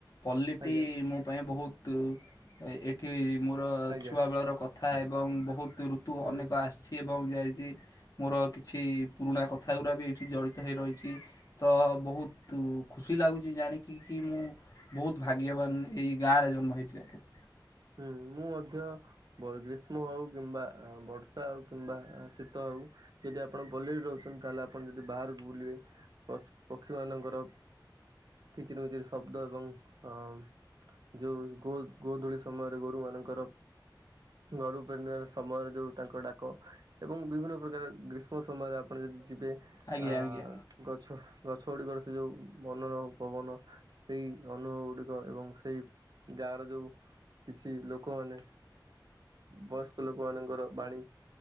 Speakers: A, on the left (about 45°); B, on the right (about 55°).
A: ପଲ୍ଲୀଟି
B: ଆଜ୍ଞା
A: ମୋ ପାଇଁ ବହୁତ, ଏଠି ମୋର
B: ଆଜ୍ଞା
A: ଛୁଆବେଳର କଥା, ଏବଂ ବହୁତ ଋତୁ
B: ହୁଁ
A: ଅନେକ ଆସିଛି ଏବଂ ଯାଇ ଛି ମୋର କିଛି ପୁରୁଣା କଥା ଗୁଡ଼ା ବି, ଏଇଠି ଜଡ଼ିତ ହେଇ ରହିଛି। ତ ବହୁତ ଖୁସି ଲାଗୁଛି ଜାଣିକି କି, ମୁଁ ବହୁତ ଭାଗ୍ୟବାନ ଏଇ ଗାଁରେ ଜନ୍ମ ହେଇଥିବାରୁ।
B: ହୁଁ -ମୁଁ ମଧ୍ୟ ଗ୍ରୀଷ୍ମ ଆଉ, କିମ୍ବା ବର୍ଷା ଆଉ, କିମ୍ବା ଶୀତ ଆଉ ଯଦି ଆପଣ ପଲ୍ଲୀରେ ରହୁଛନ୍ତି, ତାହେଲେ ଆପଣ ଯଦି ବାହାରକୁ ବୁଲିବେ ପକ୍ଷୀ ମାନଙ୍କର କିଚିରି ମିଚିରି ଶବ୍ଦ ଏବଂ ଅ ଯୋଉ ଗୋ ଗୋଦୂଳି ସମୟରେ ଗୋରୁମାନଙ୍କର ଘରୁ ଫେରିବାର ସମୟର ଯୋଉ ତାଙ୍କର ଡାକ, ଏବଂ ବିଭିନ୍ନ ପ୍ରକାର ଗ୍ରୀଷ୍ମ ସମୟରେ ଆପଣ ଯଦି ଯିବେ
A: ଆଜ୍ଞା
B: ଆ
A: ଆଜ୍ଞା
B: ଗଛ ଗଛ ଗୁଡିକର ସେ, ଯୋଉ ମନର ପବନ ସେଇ ଅନୁଭବ ଗୁଡିକ ଏବଂ ସେଇ ଗାଁର ଯୋଉ କିଛି ଲୋକମାନେ, ବୟସ୍କ ଲୋକମାନଙ୍କର ବାଣୀ